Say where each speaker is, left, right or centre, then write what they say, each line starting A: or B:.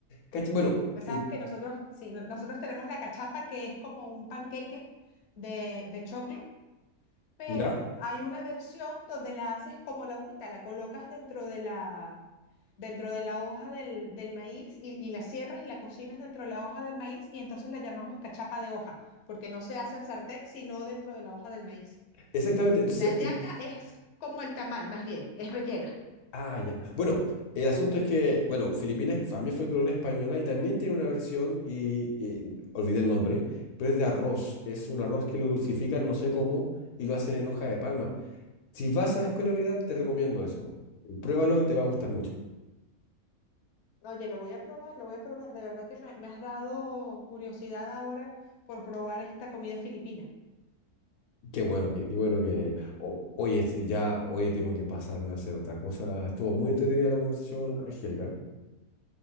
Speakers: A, on the left; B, on the left.
A: Cacha- Bueno,
B: Pues
A: eh,
B: Sabes que nosotros, sí, no- nosotros tenemos la cachapa que es como un panqueque de, de choclo, pero
A: ya,
B: hay una versión donde la haces como la humita, la colocas dentro de la, dentro de la hoja del, del maíz y, y la cierras y la cocinas dentro de la hoja del maíz y entonces la llamamos cachapa de hoja, porque no se hace en sartén, sino dentro de la hoja del maíz.
A: exactamente. Entonces,
B: La yaca
A: eh,
B: es como el tamal, más bien, es rellena.
A: ah, ya. Bueno, el asunto es que, bueno, Filipinas también fue colonia española y también tiene una versión, y, y olvidé el nombre, pero es de arroz. Es un arroz que lo dulcifican, no sé cómo, y lo hacen en hoja de palma. Si vas a Escuela Militar, te recomiendo eso. Pruébalo y te va a gustar mucho.
B: Oye, lo voy a probar, lo voy a probar. De verdad que me, me has dado curiosidad ahora por probar esta comida filipina.
A: Qué bueno, qué, qué bueno que... o- oye, es- ya, oye, tengo que pasarme a hacer otra cosa. Estuvo muy entretenida la conversación, Angélica. <laughs>